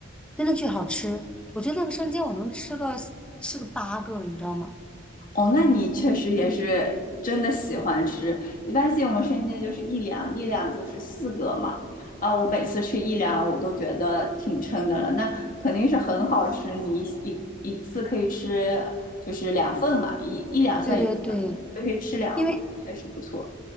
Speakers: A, in the centre; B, on the left.
A: 真的巨好吃。我觉得那个生煎我能吃个吃个八个，你知道吗？
B: 哦，那你确实也是真的喜欢吃。一般性我们生煎就是一两，一两就是四个嘛。啊，我每次吃一两，我都觉得挺撑的了。那肯定是很好吃，你一一一次可以吃就是两份嘛，一一两算一份，
A: 对对对，
B: 就可以吃两份，
A: 因为
B: 确实不错。